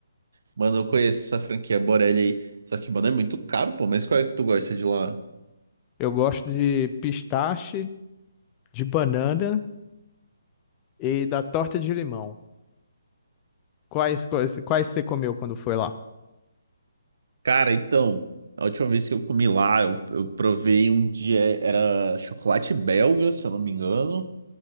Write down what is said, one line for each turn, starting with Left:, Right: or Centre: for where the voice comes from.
Right: Mano, eu conheço essa franquia Borelli aí, só que, mano, é muito caro, pô, mas qual é que tu gosta de lá?
Left: Eu gosto de pistache, de banana e da torta de limão. Quais, quais, quais você comeu quando foi lá?
Right: Cara, então, a última vez que eu comi lá, eu, eu provei um dia, era chocolate belga, se eu não me engano,